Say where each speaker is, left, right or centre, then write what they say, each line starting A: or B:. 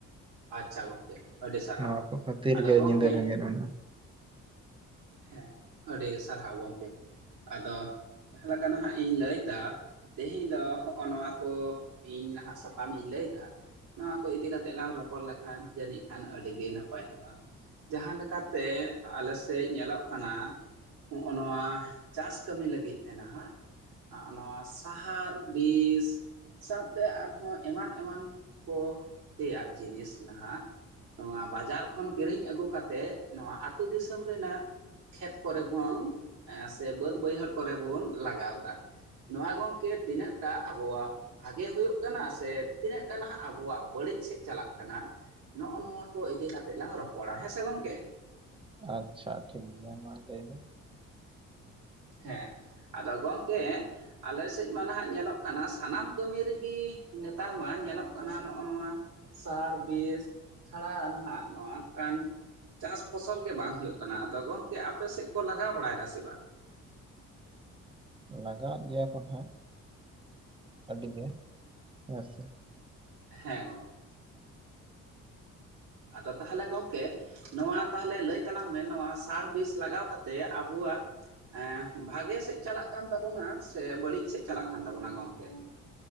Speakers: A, on the right; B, on the right.
A: ᱟᱪᱪᱷᱟ ᱜᱚᱢᱠᱮ ᱟᱹᱰᱤ ᱥᱟᱨᱦᱟᱣ
B: ᱱᱚᱣᱟ ᱠᱚ ᱠᱷᱟᱹᱛᱤᱨ
A: ᱟᱫᱚ
B: ᱜᱮ
A: ᱜᱚᱢᱠᱮ
B: ᱧᱤᱫᱟᱹ ᱵᱮᱸᱜᱮᱫ ᱢᱮᱱᱟᱜᱼᱟ
A: ᱦᱮᱸ ᱟᱹᱰᱤ ᱥᱟᱨᱦᱟᱣᱵᱚᱱ ᱜᱚᱢᱠᱮ ᱟᱫᱚ ᱡᱟᱦᱟᱸ ᱞᱮᱠᱟ ᱱᱟᱦᱟᱜ ᱤᱧ ᱞᱟᱹᱭ ᱫᱟ ᱛᱮᱦᱮᱧ ᱫᱚ ᱦᱚᱜᱼᱚ ᱱᱚᱣᱟ ᱠᱚ ᱤᱧ ᱱᱟᱦᱟᱜ ᱥᱟᱛᱟᱢ ᱤᱧ ᱞᱟᱹᱭ ᱫᱟ ᱱᱚᱣᱟ ᱠᱚ ᱤᱫᱤ ᱠᱟᱛᱮᱜ ᱞᱟᱝ ᱨᱚᱯᱚᱲ ᱞᱮᱠᱷᱟᱱ ᱡᱟᱹᱱᱤᱡ ᱠᱷᱟᱱ ᱟᱹᱰᱤ ᱜᱮ ᱱᱟᱯᱟᱭ ᱠᱚᱜᱼᱟ ᱡᱟᱦᱟᱸ ᱞᱮᱠᱟᱛᱮ ᱟᱞᱮᱥᱮᱪ ᱧᱮᱞᱚᱜ ᱠᱟᱱᱟ ᱦᱚᱸᱜ ᱚ ᱱᱚᱣᱟ ᱪᱟᱥ ᱠᱟᱹᱢᱤ ᱞᱟᱹᱜᱤᱫ ᱛᱮ ᱱᱟᱦᱟᱜ ᱦᱚᱜ ᱚ ᱱᱚᱣᱟ ᱥᱟᱦᱟᱨ ᱵᱤᱥ ᱥᱟᱶᱛᱮ ᱟᱨᱦᱚᱸ ᱮᱢᱟᱱ ᱮᱢᱟᱱ ᱠᱚ ᱛᱮᱭᱟᱜ ᱡᱤᱱᱤᱥ ᱱᱟᱦᱟᱜ ᱱᱚᱣᱟ ᱵᱟᱡᱟᱨ ᱠᱷᱚᱱ ᱠᱤᱨᱤᱧ ᱟᱹᱜᱩ ᱠᱟᱛᱮᱜ ᱱᱚᱣᱟ ᱟᱛᱳ ᱫᱤᱥᱚᱢ ᱨᱮᱱᱟᱜ ᱠᱷᱮᱛ ᱠᱚᱨᱮ ᱵᱚᱱ ᱥᱮ ᱵᱟᱹᱫᱽ ᱵᱟᱹᱭᱦᱟᱹᱲ ᱠᱚᱨᱮ ᱵᱚᱱ ᱞᱟᱜᱟᱣᱫᱟ ᱱᱚᱣᱟ ᱜᱚᱝᱠᱮ ᱛᱤᱱᱟᱹᱜ ᱴᱟ ᱟᱵᱚᱣᱟᱜ ᱵᱷᱟᱜᱮ ᱦᱩᱭᱩᱜ ᱠᱟᱱᱟ ᱥᱮ ᱛᱤᱱᱟᱹᱜ ᱴᱟ ᱱᱟᱦᱟᱜ ᱟᱵᱚᱣᱟᱜ ᱵᱟᱹᱲᱤᱡ ᱥᱮᱮᱫ ᱪᱟᱞᱟᱜ ᱠᱟᱱᱟ ᱱᱚᱜᱼᱚ ᱱᱚᱣᱟ ᱠᱚ ᱤᱫᱤ ᱠᱟ ᱠᱟᱛᱮᱜ ᱞᱟᱝ ᱨᱚᱯᱚᱲᱟ ᱦᱮᱸ ᱥᱮ ᱜᱚᱝᱠᱮ
B: ᱟᱪᱪᱷᱟ ᱴᱷᱤᱠ ᱜᱮᱭᱟ ᱢᱟ ᱞᱟᱹᱭ ᱢᱮ
A: ᱦᱮᱸ ᱟᱫᱚ ᱜᱚᱢᱠᱮ ᱟᱞᱮ ᱥᱮᱪ ᱢᱟ ᱱᱟᱦᱟᱜ ᱧᱮᱞᱚᱜ ᱠᱟᱱᱟ ᱥᱟᱱᱟᱢ ᱠᱟᱹᱢᱤ ᱨᱮᱜᱮ ᱱᱮᱛᱟᱨ ᱢᱟ ᱧᱮᱞᱚᱜ ᱠᱟᱱᱟ ᱱᱚᱜᱼᱚ ᱱᱚᱣᱟ ᱥᱟᱨ ᱵᱤᱥ ᱪᱷᱟᱲᱟ ᱱᱟᱦᱟᱜ ᱱᱚᱝᱠᱟᱱ ᱪᱟᱥ ᱯᱷᱚᱥᱚᱞ ᱜᱮ ᱵᱟᱝ ᱦᱩᱭᱩᱜ ᱠᱟᱱᱟ ᱟᱫᱚ ᱜᱚᱝᱠᱮ ᱟᱯᱮᱥᱮᱫ ᱠᱚ ᱞᱟᱜᱟᱣ ᱵᱟᱲᱟᱭ ᱫᱟᱥᱮ ᱵᱟᱝ
B: ᱞᱟᱜᱟᱣᱟᱜ ᱜᱮᱭᱟ ᱠᱚ ᱱᱟᱟᱸᱜ ᱟᱹᱰᱤᱜᱮ ᱦᱮᱸ ᱥᱮ
A: ᱦᱮᱸ ᱜᱚᱝ ᱟᱫᱚ ᱛᱟᱦᱚᱞᱮ ᱜᱚᱝᱠᱮ ᱱᱚᱣᱟ ᱛᱟᱦᱚᱞᱮ ᱞᱟᱹᱭ ᱛᱟᱞᱟᱝ ᱢᱮ ᱱᱚᱣᱟ ᱥᱟᱨ ᱵᱤᱥ ᱞᱟᱜᱟᱣ ᱠᱟ ᱠᱟᱛᱮᱮᱫ ᱟᱵᱚᱣᱟᱜ ᱮ ᱵᱷᱟᱜᱮ ᱥᱮᱡ ᱪᱟᱞᱟᱜ ᱠᱟᱱ ᱛᱟᱵᱚᱱᱟ ᱥᱮ ᱵᱟᱹᱲᱤᱡ ᱥᱮᱡ ᱪᱟᱞᱟᱜ ᱠᱟᱱ ᱛᱟᱵᱚᱱᱟ ᱜᱚᱝᱠᱮ